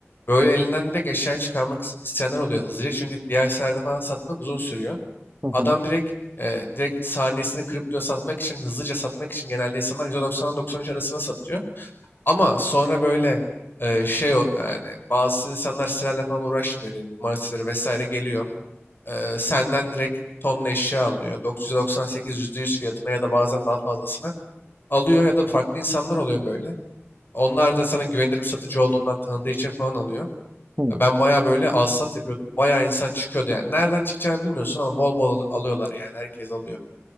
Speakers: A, on the left; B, on the right.
A: böyle elinden direkt eşyayı çıkarmak is- isteyenler oluyor hızlıca. Çünkü diğer seferde falan satmak uzun sürüyor.
B: Hı
A: Adam
B: hı.
A: direkt eee, direkt saniyesini kriptoya satmak için, hızlıca satmak için genelde insanlar 190'dan 93 arasına satıyor. Ama sonra böyle eee, şey o- yani bazı insanlar sitelerle falan uğraşmıyor diyelim kumar siteleri vesaire geliyor. Eee, senden direkt tonla eşya alıyor. dokuz yüz doksan sekiz yüzde %100 fiyatına ya da bazen daha fazlasına alıyor ya da farklı insanlar oluyor böyle. Onlar da sana güvenilir bir satıcı olduğundan tanıdığı için falan alıyor.
B: Hı hı.
A: Ya Ben bayağı böyle alsat yapıyordum. Bayağı insan çıkıyordu yani. Nereden çıkacağını bilmiyorsun ama bol bol al- alıyorlar yani. Herkes alıyor.